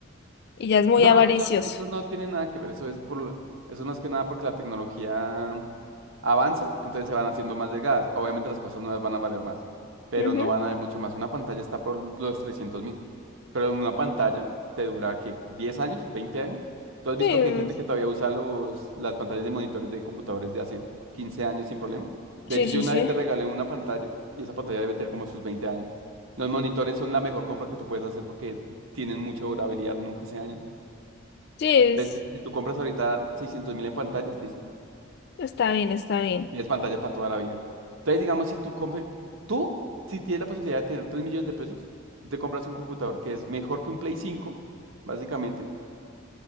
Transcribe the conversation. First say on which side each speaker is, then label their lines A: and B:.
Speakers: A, on the left; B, on the right.
A: y ya es muy
B: No,
A: avaricioso.
B: eso, eso no tiene nada que ver, eso es por, lo- eso es más que nada porque la tecnología avanza, entonces se van haciendo más delgadas. Obviamente las cosas nuevas van a valer más, pero
A: Ujú,
B: no van a valer mucho más. Una pantalla está por los trescientos mil, pero una pantalla te dura, ¿qué? diez años? veinte años? ¿Tú has
A: Sí,
B: visto que hay gente que todavía usa los, las pantallas de monitores de computadores de hace 15 años sin problema? De
A: sí,
B: hecho,
A: sí,
B: yo una
A: sí.
B: vez te regalé una pantalla y esa pantalla debe tener como sus 20 años. Los monitores son la mejor compra que tú puedes hacer porque tienen mucha durabilidad, nunca se dañan.
A: Sí, es-
B: Entonces, si, si tú compras ahorita 600 mil en pantallas, listo.
A: está bien, está bien.
B: Tienes pantalla para toda la vida. Entonces, digamos, si tú compras, tú, si tienes la posibilidad de tener 3 millones de pesos, tú te compras un computador que es mejor que un Play 5, básicamente,